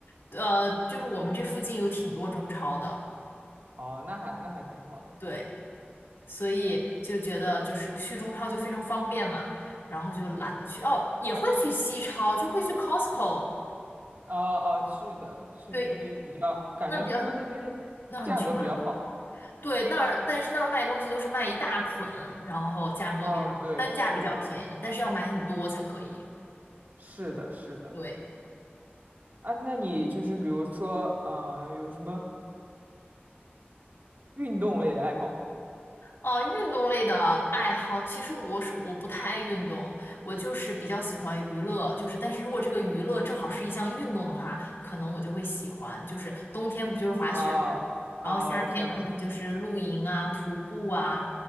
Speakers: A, on the left; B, on the right.
A: 便呃，就是我们这附近有挺多中超的，
B: 哦，那还那还挺好的。
A: 对，所以就觉得就是去中超就非常方便嘛，然后就懒得去，哦，也会去西超，就会去 Costco，
B: 哦哦，是的，是那里比较，
A: 对，
B: 感觉听说那边
A: 那比较那很全，
B: 价格比较好。
A: 对，那儿但是那儿卖东西都是卖一大捆，然后价格比较单价比较便宜，
B: 嗯，对，是的，
A: 但是要买很多才可以。
B: 是的，是的。
A: 对，
B: 啊，那你就是比如说，嗯、有什么运动类的爱好吗？
A: 呃，运动类的爱好，其实我是我不太爱运动，我就是比较喜欢娱乐，就是但是如果这个娱乐正好是一项运动的话，可能我就会喜欢。就是冬天不就是滑雪，
B: 啊啊，
A: 然后夏天可能就是露营啊、
B: 这样子。
A: 徒步啊，